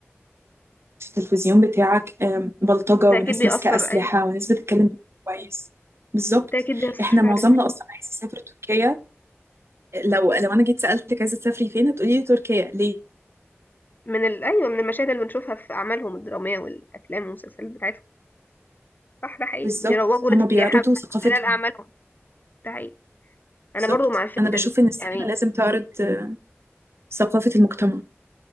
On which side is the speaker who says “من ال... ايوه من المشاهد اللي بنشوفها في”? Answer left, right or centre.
Left